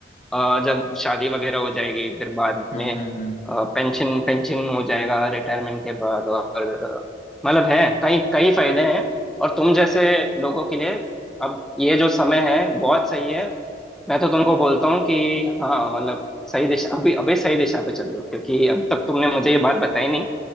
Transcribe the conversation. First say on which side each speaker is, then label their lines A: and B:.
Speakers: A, in the centre; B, on the left.
A: अ, जब शादी वगैरह हो जाएगी फिर बाद
B: हम्म
A: में
B: हम्म हम्म
A: पेंशन पेंशन हो जाएगा रिटायरमेंट के बाद और अ, मतलब है कई कई फायदे हैं और तुम जैसे लोगों के लिए अब ये जो समय है बहुत सही है मैं तो तुमको बोलता हूँ कि हाँ मतलब सही दिशा अभी अभी सही दिशा पे चल रहे हो क्योंकि अभी तक तुमने मुझे ये बात बताई नहीं